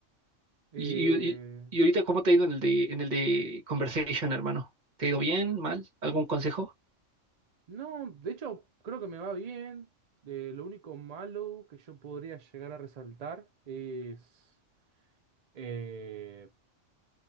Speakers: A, on the right; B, on the right.
A: Eh,
B: Y, y, y- y ahorita, ¿cómo te ha ido en el de, en el de Conversation, hermano? ¿Te ha ido bien, mal? ¿Algún consejo?
A: no, de hecho, creo que me va bien. Eh, lo único malo que yo podría llegar a resaltar es... Eh,